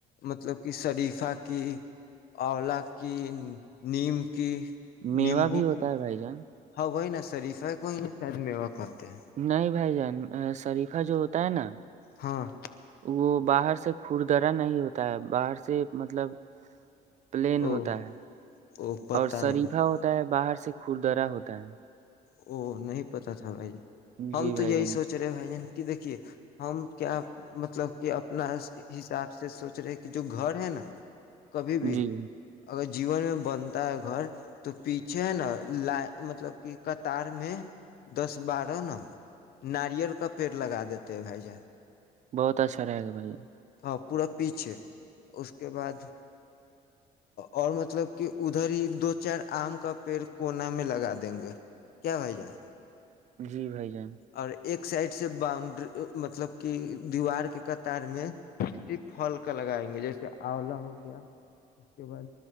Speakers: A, on the left (about 65°); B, on the right (about 45°).
A: مطلب کی شریفہ کی اولا کی نیم کی
B: میوہ
A: نیمبو
B: بھی ہوتا
A: کی
B: ہے بھائی جان
A: ہاں نا سریف ہے کوئی ن س م وق اتے ہیں
B: نہیں بھائی جان شریفہ جو ہوتا ہے نا
A: ہاں
B: وہ باہر سے سے کوردرا نہیں ہوتا ہے باہر سے مطلب پلین
A: او
B: ہوتا ہے
A: او پتا
B: اور شریفا
A: نہیں بھائی
B: ہوتا ہے باہر سے خوردرا ہوتا ہے
A: وہ نہیں پتا تھا بھائی ہم
B: جی بھائی
A: تو یہی
B: جان
A: سوچ رہے بھائی جن کہ دیکھیے ہم کیا مطلب کہ اپنا حساب سے سوچ رہے کہ جو گھر ہے نا <unintelligible> کبھی بھی
B: جی
A: اگر <unintelligible> جیون میں بنتا ہے گھر تو پیچھے ہے نا ل مطلب کہ <unintelligible> قطار میں دس بارہ ن ناریل کا پیڑ لگا دیتے بھائی جان <unintelligible>
B: بہت اچھا رہے گا بھیا
A: ہاں پورا پیچھے اس کے بعد <unintelligible> اور مطلب کہ ادھر ہی دو چار آم کا پیڑ کونا میں لگا دیں گے کیا بھائی جان
B: جی بھائی جان <unintelligible>
A: اور ایک سائڈ سے باؤنڈری مطلب کی دیوار کے قطار میں ص پھل کا لگائیں گے جیسے آولا ہو گیا <unintelligible> اس کے بعد